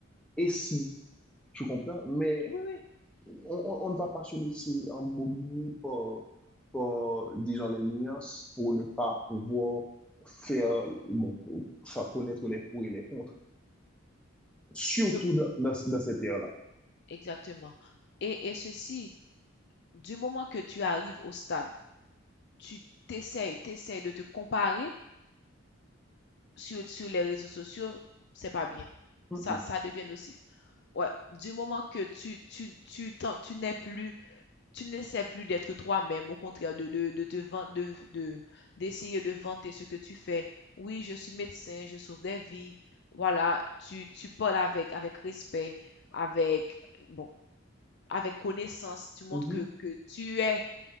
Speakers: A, in the centre; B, on the left.
A: et si, tu comprends? Mais
B: Oui, oui,
A: on, on- on ne va pas se laisser embobiner par, par, disons, les nuances pour ne pas pouvoir faire, bon, pour faire connaître les pour et les contre, surtout
B: je,
A: dans, dans dans cette ère-là.
B: exactement. Et, et ceci, du moment que tu arrives au stade, tu t'essayes, t'essayes de te comparer sur, sur les réseaux sociaux, c'est pas bien.
A: Mhm,
B: Ça, ça devient nocif. Ouais, du moment que tu, tu, tu, t'en- tu n'es plus, tu n'essaies plus d'être toi-même, au contraire de, de, de te van- de, de, d'essayer de vanter ce que tu fais. Oui, je suis médecin, je sauve des vies. Voilà, tu, tu parles avec, avec respect, avec, bon, avec connaissance, tu montres
A: mhm,
B: que, que tu es,